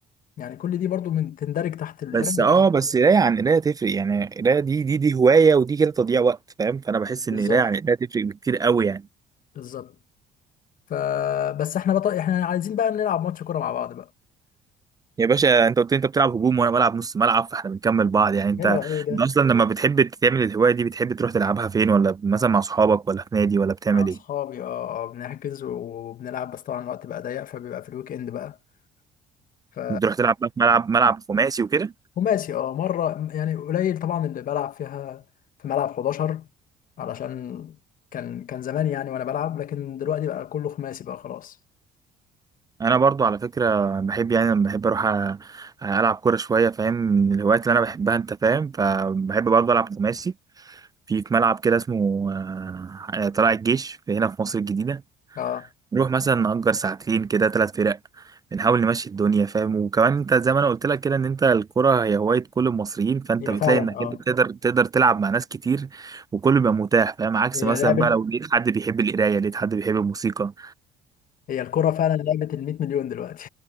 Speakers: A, on the left; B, on the right.
A: يعني كل دي برضه من تندرج تحت القراية
B: بس اه
A: يعني
B: بس قرايه عن قرايه تفرق يعني قرايه دي دي دي هوايه ودي كده تضييع وقت فاهم فانا بحس
A: بالظبط
B: ان قرايه عن قرايه تفرق بكتير قوي يعني
A: بالظبط فبس احنا بطل... احنا عايزين بقى نلعب ماتش كورة مع بعض بقى
B: يا باشا انت قلت لي انت بتلعب هجوم وانا بلعب نص ملعب فاحنا بنكمل بعض يعني انت
A: حلو قوي ده
B: انت اصلا لما بتحب تعمل الهوايه دي بتحب تروح تلعبها فين ولا مثلا مع اصحابك ولا في نادي ولا بتعمل
A: مع اصحابي
B: ايه
A: اه آه، بنحجز وبنلعب بس طبعا الوقت بقى ضيق فبيبقى في الويك اند بقى ف
B: بتروح تلعب بقى في ملعب ملعب خماسي وكده
A: خماسي اه مرة يعني قليل طبعا اللي بلعب فيها في ملعب 11 علشان كان كان زمان يعني وانا بلعب لكن دلوقتي بقى كله خماسي بقى خلاص
B: انا برضو على فكره بحب يعني لما بحب اروح أ- العب كوره شويه فاهم من الهوايات اللي انا بحبها انت فاهم فبحب برضو العب خماسي في في ملعب كده اسمه آه، آه، طلائع الجيش في هنا في مصر الجديدة
A: اه
B: نروح مثلا نأجر ساعتين كده ثلاث فرق بنحاول نمشي الدنيا فاهم وكمان انت زي ما انا قلت لك كده ان انت الكرة هي هواية كل المصريين فانت
A: هي
B: بتلاقي
A: فعلا
B: انك
A: اه
B: انت بتقدر تقدر تلعب مع ناس كتير وكله بيبقى متاح فاهم عكس
A: هي
B: مثلا
A: لعبة
B: بقى لو لقيت حد بيحب القراية لقيت حد بيحب الموسيقى
A: هي الكرة فعلا لعبة ال 100 مليون دلوقتي